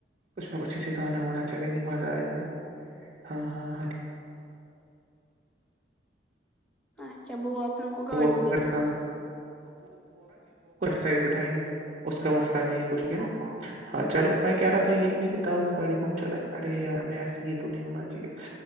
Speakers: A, on the right; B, in the centre.
A: اس میں اچھے سے گانا وانا چلیں گے مزہ آئے گا نا ہاں ہاں ہاں
B: اچھا بوا آپ لوگوں کو گاڑی
A: لیفٹ
B: دے گی
A: سائڈ بیٹھایے گے اس کا مسئلہ نہیں ہے مشکل ہاں چلو میں کہہ رہا تھا یہ نہیں تاؤ گی گاڑی کون چلائے گا ارے یار ہمیں ایس یہ تو نہیں ہونا چاہیے